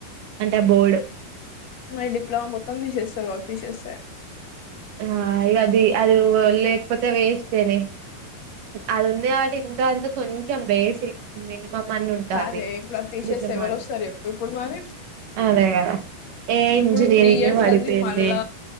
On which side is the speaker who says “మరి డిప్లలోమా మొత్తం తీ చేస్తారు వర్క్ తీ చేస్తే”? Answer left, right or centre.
Left